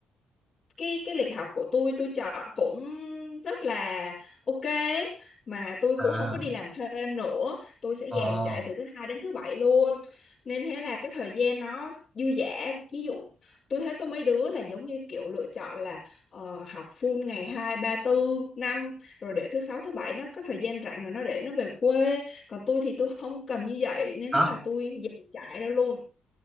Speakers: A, on the left (about 35°); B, on the right (about 20°).
A: cái cái lịch học của tôi tôi chọn cũng rất là ok mà tôi
B: à
A: cũng không có đi làm thêm nữa tôi sẽ
B: ồ
A: dàn trải từ thứ hai đến thứ bảy luôn nên thế là cái thời gian nó dư dả ví dụ tôi thấy có mấy đứa là giống như kiểu lựa chọn là ờ, học full ngày hai ba tư năm rồi để thứ sáu thứ bảy nó có thời gian rảnh rồi nó để nó về quê còn tôi thì tôi không cần như vậy nên
B: hả
A: thế là tôi dàn trải ra luôn